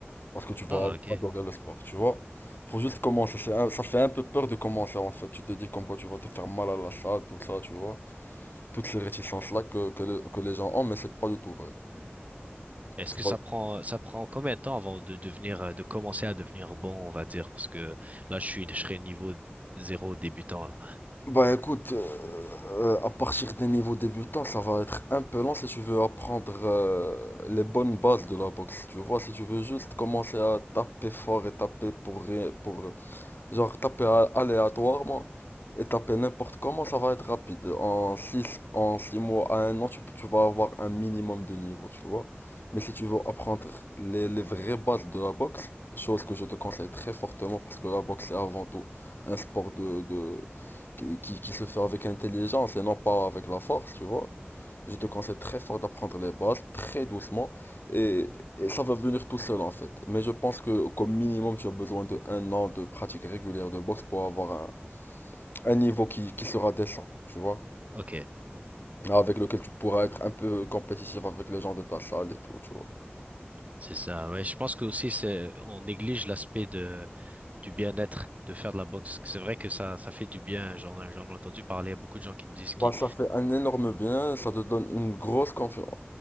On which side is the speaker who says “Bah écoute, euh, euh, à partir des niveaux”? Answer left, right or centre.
Left